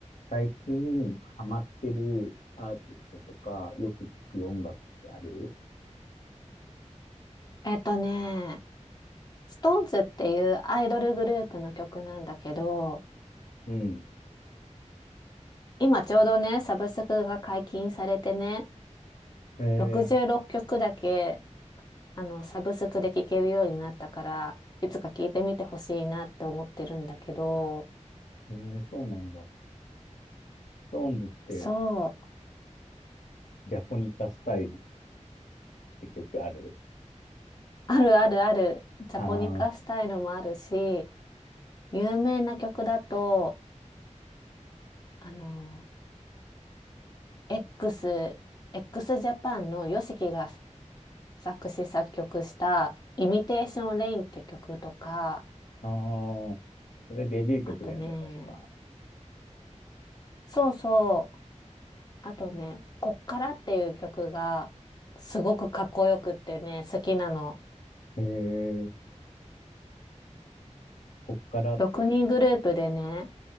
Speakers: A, on the left; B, on the left.
A: 最近ハマってるアーティストとか、よく聞く音楽ってある
B: えっとね、ストーンズっていうアイドルグループの曲なんだけど、
A: うん。
B: 今ちょうどね、サブスクが解禁されてね、
A: え
B: 66曲だけ、あの、サブスクで聴けるようになったから、いつか聴いてみてほしいなって思ってるんだけど、
A: ー、えーそうなんだ。ストーンズって、
B: そう、
A: ジャポニカスタイルって曲ある
B: あるあるある、ジャポニカスタイルもあるし、
A: ああー、
B: 有名な曲だと、あの、X、x ジャパンのヨシキが作詞作曲したイミテーションレインって曲とか、
A: あーそれデビュー曲だよね、
B: あとね、
A: 確か。
B: そうそう、あとね、こっからっていう曲がすごくかっこよくってね、好きなの。
A: えー、こっからって。
B: 6人グループでね、